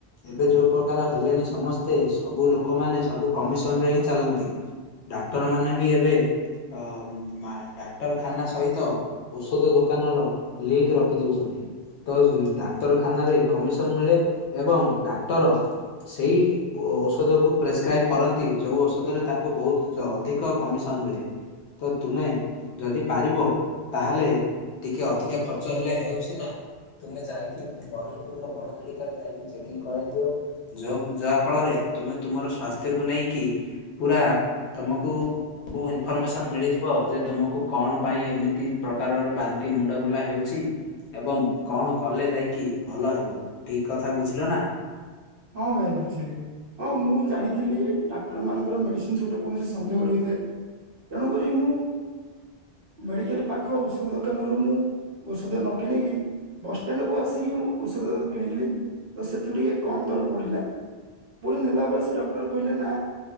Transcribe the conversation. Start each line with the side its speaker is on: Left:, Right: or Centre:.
Left: ଏବେ ଯୋଉ ପ୍ରକାର ହେଲେଣି ସମସ୍ତେ ସବୁ ଲୋକମାନେ ସବୁ କମିଶନ ରେ ହି ଚାଲନ୍ତି ଡାକ୍ଟର ମାନ ବି ଏବେ ଅ ଡାକ୍ତରଖାନା ସହିତ ଔଷଧ ଦୋକାନ ର ଲିଙ୍କ ରଖ ରଖି ଦଉଛନ୍ତି ତ ଡାକ୍ତରଖାନାରେ କମିଶନ ମିଳେ ଏବଂ ଡାକ୍ତର ସେଇ ଔଷଧ କୁ ପ୍ରେସ୍କ୍ରାଇବ କରନ୍ତି ଯଉ ଔଷଧରେ ତାଙ୍କୁ ବହୁତ ଅଧିକ କମିଶନ ମିଳେ ତ ତୁମେ ଯଦି ପାରିବ ତାହେଲେ ଟିକେ ଅଧିକ ଖର୍ଚ୍ଚ ଖର୍ଚ୍ଚ ହେଲେ ହେଉ ସିନା ତୁମେ ଯାଇକି ବ୍ରହ୍ମପୁର ର ବଡମେଡିକାଲ ଯାଇକି ଚେକିଂ କରାଇ ଦିଅ ଯଉ ଯାହା ଫଳରେ ତୁମେ ତୁମର ସ୍ଵାସ୍ଥ୍ୟକୁ ନେଇକି ପୁରା ତମକୁ ସବୁ ଇନଫର୍ମେଶନ ମିଳିଯିବ ଯେ ତୁମକୁ କଣ ପାଇଁ ଏମିତି ପ୍ରକାରର ବାନ୍ତି ମୁଣ୍ଡବୁଲା ହେଉ ଛି ଏବଂ କଣ କଲେ ଯାଇକି ଭଲ ହେବ ଠିକ୍ କଥା ବୁଝିଲନା।
Right: ହଁ ଭାଇ ବୁଝିଲି ହଁ ମୁଁ ଜାଣିଥିଲି ଡାକ୍ତର ମାନଙ୍କର ମେଡିସିନ ସହିତ କୌଣସି ସଂଯୋଗ ରହିଥାଏ। ତେଣୁକରି ମୁଁ ମେଡିକାଲ ପାଖ ଔଷଧ ଦୋକାନରୁ ମୁଁ ଔଷଧ ନ କିଣିକି ବସ୍ ଷ୍ଟାଣ୍ଡକୁ ଆସିକି ମୁଁ ଔଷଧ କିଣିଲି ତ ସେଥୁ ଟିକେ କମ୍ ଦର ପଡିଲା ପୁଣି ନେଲା ପରେ ସେ ଡକ୍ଟର କହିଲେ ନାଁ